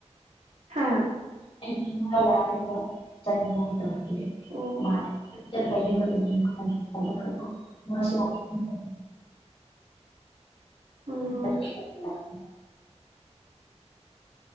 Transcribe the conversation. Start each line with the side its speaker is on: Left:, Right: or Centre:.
Right: ꯍꯥꯥ
Left: ꯑꯩꯒꯤ ꯏꯃꯥ ꯌꯥꯗꯕ ꯆꯠꯅꯤꯡꯉꯥꯏ ꯇꯧꯕꯤꯅꯦ
Right: ꯑꯣ
Left: ꯋꯥꯏ ꯑꯗꯨꯝ ꯆꯠꯄꯩꯅꯦ ꯎꯝ ꯈꯥꯏ ꯊꯥꯗꫭꯛꯈ꯭ꯔꯦꯀꫭ ꯃꯥꯁꯨ <unintelligible>
Right: ꯎꯝ
Left: ꯌꯨꯝꯗ ꯂꯩꯕ ꯎ-ꯋꯥꯅꯦ